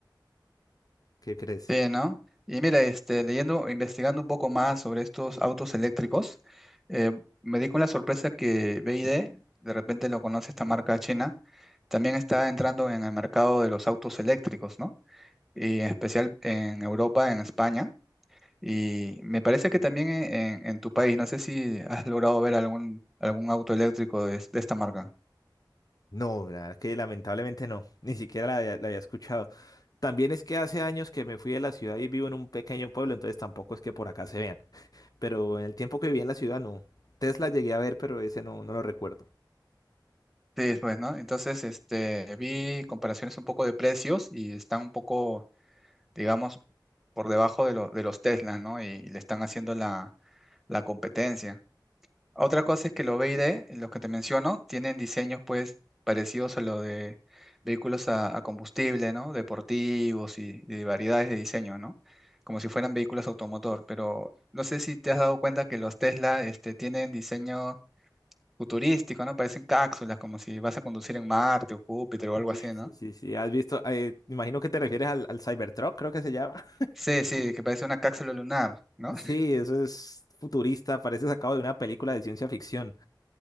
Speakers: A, on the left; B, in the centre.
A: ¿qué crees?
B: Sí, ¿no? Y mira, este, leyendo, investigando un poco más sobre estos autos eléctricos, eh, me di con la sorpresa que BYD, de repente lo conoce esta marca china, también está entrando en el mercado de los autos eléctricos, ¿no? Y en especial en Europa, en España. Y me parece que también en, en- en tu país, no sé si has logrado ver algún, algún auto eléctrico de, de esta marca.
A: No, la verdad que lamentablemente no, ni siquiera la había, la había escuchado. También es que hace años que me fui de la ciudad y vivo en un pequeño pueblo, entonces tampoco es que por acá se vean. Pero en el tiempo que viví en la ciudad, no. Tesla llegué a ver, pero ese no, no lo recuerdo.
B: Sí, pues, ¿no? Entonces, este, vi comparaciones un poco de precios y están un poco, digamos, por debajo de, lo- de los Teslas, ¿no? Y, le están haciendo la, la competencia. Otra cosa es que los B y D, los que te menciono, tienen diseños pues parecidos a los de vehículos a, a combustible, ¿no? Deportivos y, y de variedades de diseño, ¿no? Como si fueran vehículos automotor, pero no sé si te has dado cuenta que los Tesla este, tienen diseño futurístico, ¿no? Parecen cápsulas, como si vas a conducir en Marte o Júpiter o algo
A: Sí,
B: así,
A: sí,
B: ¿no?
A: sí, sí. ¿Has visto? eh, imagino que te refieres al, al Cybertruck, creo que se llama. <laughs>
B: Sí, sí, que parece una cápsula lunar, ¿no?
A: Sí, eso es futurista, parece sacado de una película de ciencia ficción.